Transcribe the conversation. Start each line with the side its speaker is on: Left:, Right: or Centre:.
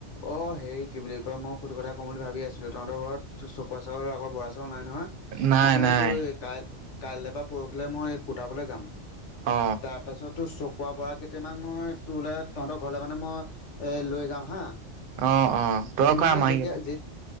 Left: অ হেৰি কি বুলি কয় মই সুটো কথা ক'ম বুলি ভাবি আছিলো তহঁতৰ ঘৰত চকুৱা চাউল আগত বৰা চাউল নাই নহয়
Right: নাই
Left: মই মানে
Right: নাই
Left: এইটো কাই কাইলৈ বা পৰহিলৈ মই কুটাবলৈ যাম।
Right: অ
Left: তাৰ পাছত তোৰ চকুৱা বৰা কেইটামান মই তোৰলে তহতৰ ঘৰলে মানে মই এ লৈ যাওঁ হা।
Right: অ অ দৰকাৰ
Left: মই মানে
Right: আমাৰ
Left: যেতিয়া
Right: ইয়াতে।
Left: যে